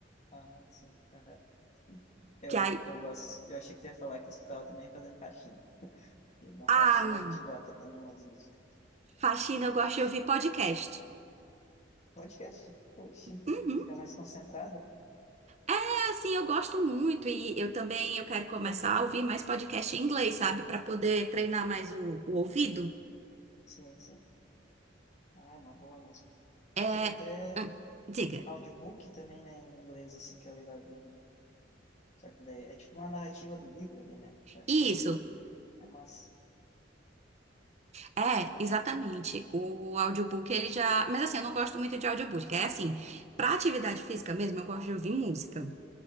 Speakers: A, on the left; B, on the right.
A: Ah, sim. aham. Eu,
B: Que aí,
A: eu, gosto- eu achei que tu ia falar que escutava também fazendo faxina. Na
B: ah,
A: faxina
B: não.
A: a gente bota, também umas músicas
B: Faxina,
A: meio
B: eu
A: malucas.
B: gosto de ouvir podcast.
A: Podcast, oxe,
B: Uhum.
A: fica mais concentrada.
B: É, assim, eu gosto muito e eu também eu quero
A: Pois
B: começar
A: é.
B: a ouvir mais podcast em inglês, sabe? Pra poder treinar mais o
A: Uhum.
B: o ouvido.
A: Sim, sim. Ah, é uma boa mesmo.
B: É,
A: Tem até
B: hum, diga.
A: audiobook também, né, em inglês, assim, que é legal de ouvir. Só que daí é tipo uma narrativa do livro ali, né? Só que
B: Isso,
A: daí é massa.
B: é,
A: Pode.
B: exatamente. O audiobook, ele já. Mas assim, eu não gosto muito de audiobook. É assim, pra atividade física mesmo, eu gosto de ouvir música.